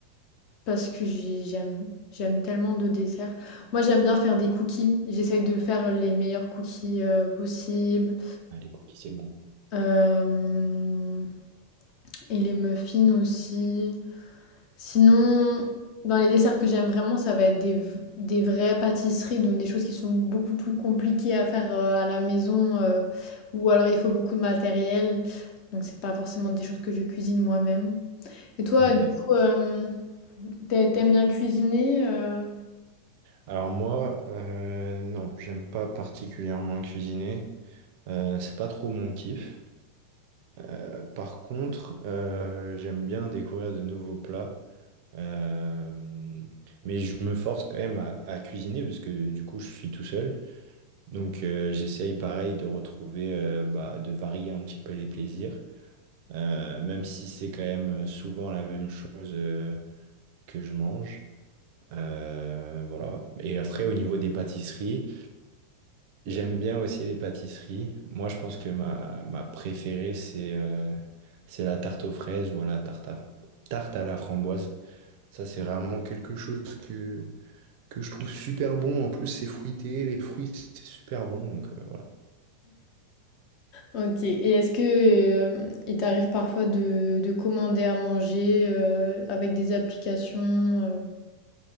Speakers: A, on the left; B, on the right.
A: parce que j'ai- j'aime, j'aime tellement de desserts. Moi, j'aime bien faire des cookies. J'essaye de faire les meilleurs cookies euh, possibles.
B: Ah, les cookies, c'est bon.
A: Euh, et les muffins aussi. Sinon, dans les desserts que j'aime vraiment, ça va être des, des vraies pâtisseries, donc des choses qui sont beaucoup plus compliquées à faire euh, à la maison, euh, ou alors il faut beaucoup de matériel. Donc c'est pas forcément des choses que je cuisine moi-même. Et toi,
B: Ok.
A: du coup, euh, t'a- t'aimes bien cuisiner? euh
B: Alors moi, euh, non, j'aime pas particulièrement cuisiner. Euh, c'est pas trop mon kiff. Euh, Par contre, euh, j'aime bien découvrir de nouveaux plats. Euh, mais je me force quand même à, à cuisiner parce que du coup je suis tout seul. Donc euh, j'essaye pareil de retrouver, euh, bah, de varier un petit peu les plaisirs, Euh, même si c'est quand même souvent la même chose euh, que je mange. Euh, voilà. Et après au niveau des pâtisseries, j'aime bien aussi les pâtisseries. Moi je pense que ma, ma préférée c'est euh, c'est la tarte aux fraises ou à la tarte à, tarte à la framboise. Ça c'est vraiment quelque chose que que je trouve super bon. En plus, c'est fruité, les fruits, c'est super bon. Donc euh, voilà.
A: Ok. Et est-ce que euh, il t'arrive parfois de, de commander à manger euh, avec des applications euh